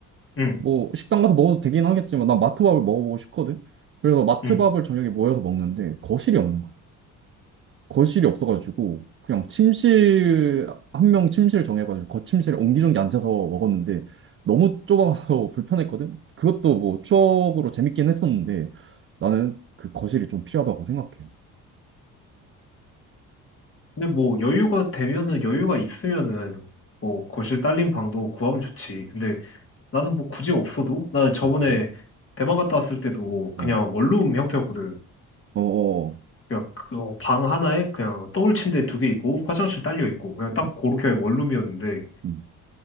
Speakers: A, on the left (about 40°); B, on the right (about 35°).
A: 응,
B: 뭐 식당 가서 먹어도 되긴 하겠지만 난 마트 밥을 먹어보고 싶거든. 그래서 마트
A: 응.
B: 밥을 저녁에 모여서 먹는데 거실이 없는 거야. 거실이 없어가지고 그냥 침실 한 명 침실 정해가지고 거침실에 옹기종기 앉아서 먹었는데 너무 좁아서 <laughs> 불편했거든. 그것도 뭐 추억으로 재밌긴 했었는데 나는 그 거실이 좀 필요하다고 생각해.
A: 근데 뭐, 여유가 되면은, 여유가 있으면은, 뭐, 거실 딸린 방도 구하면 좋지. 근데 나는 뭐 굳이 없어도, 나 저번에
B: 아 그래?
A: 대만 갔다 왔을 때도 그냥
B: 어,
A: 원룸 형태였거든.
B: 어, 어,
A: 그냥 그방 하나에 그냥 더블 침대 두 개 있고 화장실 딸려 있고 그냥
B: 그래?
A: 딱 그렇게 원룸이었는데
B: 음.